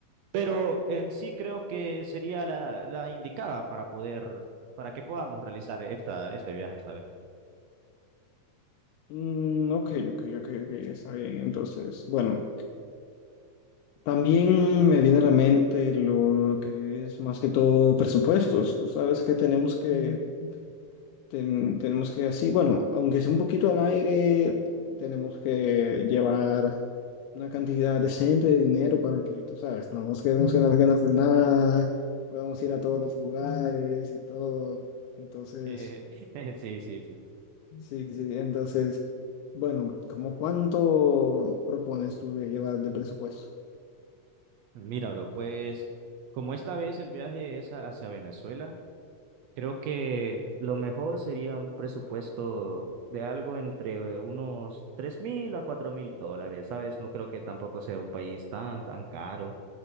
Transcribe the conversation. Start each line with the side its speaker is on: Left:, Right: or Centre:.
Right: pero en sí creo que sería la, la indicada para poder, para que podamos realizar esta, este viaje esta vez.
Left: Mm, ok, ok, ok, ok, ok, está bien. Entonces, bueno, también me viene a la mente lo que es más que todo presupuestos. Tú sabes que tenemos que, ten- tenemos que así, bueno, aunque sea un poquito al aire, tenemos que llevar una cantidad decente de dinero para que, tú sabes, no nos quedemos con las ganas de nada, podamos ir a todos los lugares y todo. Entonces,
Right: <laughs> Sí, sí, sí.
Left: sí, sí, entonces, bueno, ¿cómo cuánto propones tú de llevar de presupuesto?
Right: Mira, bro, pues como esta vez el viaje es a- hacia Venezuela, creo que lo mejor sería un presupuesto de algo entre unos tres mil a cuatro mil dólares, ¿sabes? No creo que tampoco sea un país tan, tan caro,